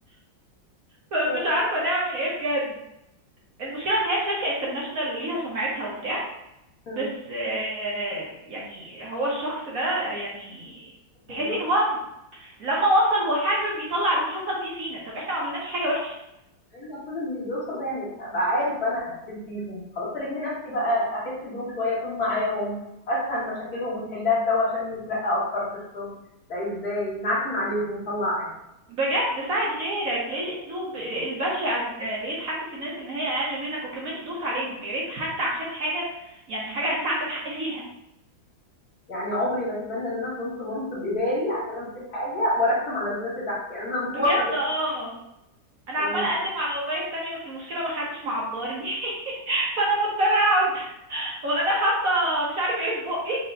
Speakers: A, on the right (about 55°); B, on the left (about 55°).
A: فمش
B: ماشي.
A: عارفة نعمل ايه بجد المشكلة ان هي شركة انترناشونال وليها سمعتها وبتاع
B: إمم.
A: بس آه، يعني هو الشخص ده يعني
B: حد
A: تحسي
B: بيوصل
A: ان هو لما وصل هو حابب يطلع اللي حصل فيه فينا طب احنا ما عملناش حاجة وحشة
B: مع إن المفروض اللي بيوصل ده يعني أبقى عارف بقى أنا حسيت بيهم، خلاص ألِم نفسي بقى أحس بيهم شوية، أكون معاهم، أفهم مشاكلهم ونحلها سوا عشان نترقى أكتر في الشغل، لأ إزاي نعكنن عليهم ونطلّع عين.
A: بجد ساعد غيرك ليه الاسلوب البشع ده ليه تحسس الناس ان هي اقل منك وكمان تدوس عليهم ويا ريت حتى عشان حاجه يعني حاجه
B: حاجة
A: انت عندك حق فيها
B: يعني عمري ما أتمنى إن أنا كنت منصب إداري عشان أمسك حاجة وأرخم على الناس اللي تحتي، يعني أنا موافقة
A: بجد
B: بال
A: اه انا
B: يعني
A: عماله اقدم على وظايف تانية بس المشكله ما حدش معبرني <laughs> فانا مضطره اقعد <laughs> وانا حاطه مش عارف ايه في بقي